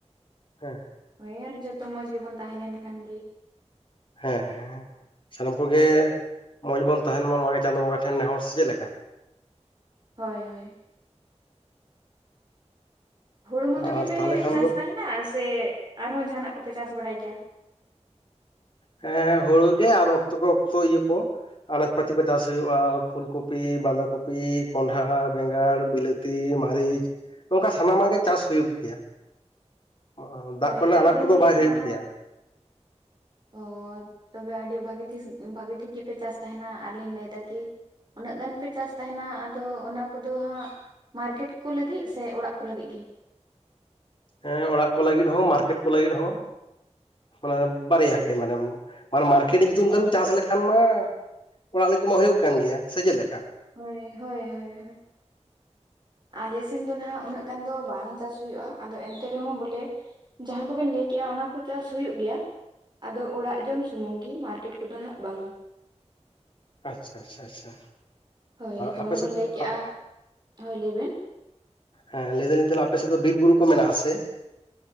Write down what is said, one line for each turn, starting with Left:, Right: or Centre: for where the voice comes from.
Left: ᱦᱮᱸ ᱾
Right: ᱦᱳᱭ ᱟᱨ ᱡᱚᱛᱚ ᱢᱚᱡᱽ ᱜᱮᱵᱚᱱ ᱛᱟᱦᱮᱸ ᱞᱮᱱ ᱠᱷᱟᱱ ᱜᱤ
Left: ᱦᱮᱸ ᱦᱮᱸ ᱥᱟᱱᱟᱢ ᱠᱚᱜᱮ ᱢᱚᱸᱡᱽ ᱵᱚᱱ ᱛᱟᱦᱮᱱ ᱢᱟ ᱱᱚᱣᱟ ᱜᱮ ᱪᱟᱸᱫᱳ ᱵᱚᱸᱜᱟ ᱴᱷᱮᱱ ᱱᱮᱦᱚᱨ ᱥᱮ ᱪᱮᱜ ᱞᱮᱠᱟ?
Right: ᱦᱳᱭ ᱦᱳᱭ ᱦᱩᱲᱩ ᱢᱚᱛᱚ ᱜᱮᱯᱮ
Left: ᱟᱨ ᱛᱟᱦᱚᱞᱮ ᱠᱷᱟᱱ
Right: ᱪᱟᱥ
Left: ᱫᱚ
Right: ᱛᱟᱦᱮᱱᱟ ᱥᱮ ᱟᱨᱦᱚᱸ ᱡᱟᱦᱟᱱᱟᱜ ᱠᱚᱯᱮ ᱪᱟᱥ ᱵᱟᱲᱟᱭ ᱜᱮᱭᱟ?
Left: ᱦᱮᱸ ᱦᱩᱲᱳ ᱜᱮ ᱟᱨ ᱚᱠᱛᱚ ᱠᱚ ᱚᱠᱛᱚ ᱤᱭᱟᱹ ᱠᱚ ᱾ ᱟᱱᱟᱡ ᱯᱟᱹᱛᱤ ᱠᱚ ᱪᱟᱥ ᱦᱩᱭᱩᱜᱼᱟ ᱯᱷᱩᱞ ᱠᱚᱯᱤ ᱵᱟᱸᱫᱷᱟ ᱠᱚᱯᱤ ᱠᱚᱸᱰᱷᱟ ᱵᱮᱸᱜᱟᱲ ᱵᱤᱞᱟᱹ ᱛᱤ ᱢᱟᱹᱨᱤᱪ ᱱᱚᱝᱠᱟ ᱥᱟᱱᱟᱢᱟᱜ ᱜᱮ ᱪᱟᱥ ᱦᱩᱭᱩᱜ ᱜᱮᱭᱟ᱾ ᱚ ᱫᱟᱜ
Right: ᱦᱳᱭ
Left: ᱠᱚᱨᱮᱱᱟᱜ
Right: ᱟᱫᱚᱞᱤᱧ
Left: ᱟᱱᱟᱴ ᱠᱚᱫᱚ
Right: ᱞᱟᱹᱭᱮᱫ
Left: ᱵᱟᱭ
Right: ᱠᱟᱱᱟ
Left: ᱦᱩᱭᱩᱜ ᱜᱮᱭᱟ᱾
Right: ᱚ ᱛᱚᱵᱮ ᱟᱹᱰᱤ ᱵᱷᱟᱹᱜᱤ ᱴᱷᱤᱥ ᱵᱷᱟᱜᱤ ᱴᱷᱤᱠ ᱜᱮᱯᱮ ᱪᱟᱥ ᱛᱟᱦᱮᱱᱟ ᱟᱨᱞᱤᱧ ᱞᱟᱹᱭ ᱫᱟ ᱠᱤ ᱩᱱᱟᱹᱜ ᱜᱟᱱ ᱯᱮ ᱪᱟᱥ ᱛᱟᱦᱮᱱᱟ ᱟᱫᱚ ᱚᱱᱟ ᱠᱚᱫᱚ ᱦᱟᱸᱜ ᱢᱟᱨᱠᱮᱴ ᱠᱚ ᱞᱟᱹᱜᱤᱫ ᱥᱮ ᱚᱲᱟᱜ ᱠᱚ ᱞᱟᱹᱜᱤᱫ ᱜᱮ?
Left: ᱦᱮᱸ ᱚᱲᱟᱜ ᱠᱚ ᱞᱟᱹᱜᱤᱫ ᱦᱚᱸ ᱢᱟᱨᱠᱮᱴ ᱠᱚ ᱞᱟᱹᱜᱤᱫ ᱦᱚᱸ᱾ ᱚᱱᱟ ᱵᱟᱨᱭᱟ ᱜᱮ ᱢᱟᱱᱮᱢ ᱢᱟᱱᱮ ᱢᱟᱨᱠᱮᱴ ᱧᱩᱛᱩᱢ ᱛᱮᱢ ᱪᱟᱥ ᱞᱮᱠᱷᱟᱱ ᱢᱟ ᱚᱲᱟᱜ ᱞᱟᱹᱜᱤᱫ ᱢᱟ ᱦᱳᱭᱳᱜ ᱠᱟᱱ ᱜᱮᱭᱟ ᱥᱮ ᱪᱮᱜ ᱞᱮᱠᱟ?
Right: ᱦᱳᱭ ᱦᱳᱭ ᱦᱳᱭ ᱦᱳᱭ᱾ ᱟᱞᱮ ᱥᱮᱱ ᱫᱚ ᱱᱟᱸᱦᱟᱜ ᱩᱱᱟᱹᱜ ᱜᱟᱱ ᱫᱚ ᱵᱟᱝ ᱪᱟᱥ ᱦᱩᱭᱩᱜᱼᱟ ᱟᱫᱚ ᱮᱱᱛᱮ ᱨᱮᱦᱚᱸ ᱵᱚᱞᱮ ᱡᱟᱦᱟᱸ ᱠᱚᱵᱮᱱ ᱞᱟᱹᱭᱠᱮᱜᱼᱟ ᱚᱱᱟ ᱠᱚ ᱪᱟᱥ ᱦᱳᱭᱳᱜ ᱜᱮᱭᱟ᱾ ᱟᱫᱚ ᱚᱲᱟᱜ ᱡᱚᱢ ᱥᱩᱢᱩᱝ ᱜᱮ ᱢᱟᱨᱠᱮᱴ ᱠᱚᱫᱚ ᱦᱟᱸᱜ ᱵᱟᱝ᱾
Left: ᱟᱪᱪᱷᱟ ᱟᱪᱪᱷᱟ ᱟᱪᱪᱷᱟ
Right: ᱦᱳᱭ ᱡᱮᱢᱚᱱ
Left: ᱟᱯᱮ ᱥᱮᱫ
Right: ᱵᱚᱱ
Left: ᱫᱚ
Right: ᱞᱟᱹᱭ ᱠᱮᱜᱼᱟ
Left: ᱟᱜ
Right: ᱦᱳᱭ ᱞᱟᱹᱭ ᱵᱮᱱ
Left: ᱦᱮᱸ ᱞᱟᱹᱭ ᱫᱟᱞᱤᱧ ᱛᱟᱦᱚᱞᱮ ᱟᱯᱮ ᱥᱮᱫ ᱫᱚ ᱵᱤᱨ ᱵᱩᱨᱩ ᱠᱚ ᱢᱮᱱᱟᱜᱼᱟ ᱥᱮ?